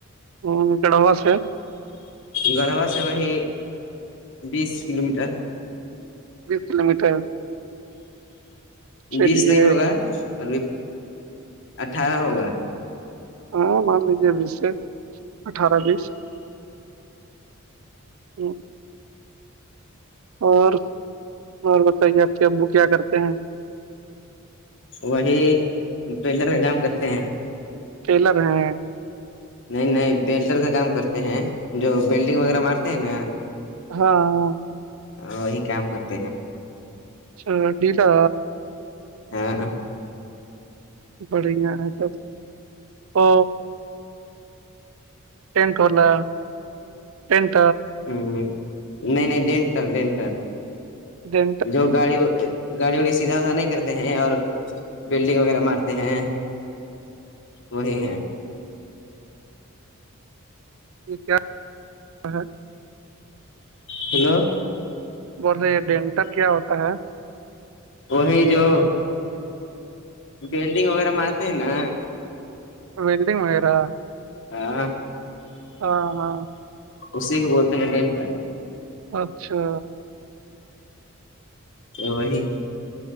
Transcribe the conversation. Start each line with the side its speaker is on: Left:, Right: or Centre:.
Right: ہ گڑا ہو سے
Left: گڑھوا سے وہی بیس کلو میٹر
Right: بیس کلو میٹر
Left: ہوں
Right: چلیے
Left: بیس نہیں ہوگا اب اٹھارہ ہوگا
Right: ہاں مان لیجے بیس سے اٹھارہ بیس ہ اور اور بتائیے آپ کے ابو کیا کرتے ہیں
Left: وہی پیڈر کا کام کرتے ہیں
Right: ٹیلر ہیں
Left: نہیں نہیں بیلڈر کا کام کرتے ہیں جو بیلڈنگ وغیرہ مارتے ہیں نا
Right: ہاں ہاں
Left: وہی کام کرتے ہیں
Right: ا ڈیٹا
Left: ہاں
Right: بڑھیا ہے تب او ٹنٹ واللا ٹنٹ
Left: ہ نہیں نہیں ڈینٹر ڈینٹر
Right: جنٹ
Left: جو گاڑی گاڑی وڑی سیدھا سھا نہیں کرتے ہیں اور بلڈنگ وغیرہ مارتے ہیں وہی ہے
Right: یہ کیا ہے
Left: ہیلو
Right: بولے یہ ڈینٹر کیا ہوتا ہے
Left: وہی جو بیلڈنگ وغیرہ م آتے ہیں نا
Right: ولڈگ وغیرہ
Left: ہاں
Right: ہاں ہاں
Left: اسی کو بولتے ہیں ڈین پ
Right: اچھا
Left: تو وہی ہے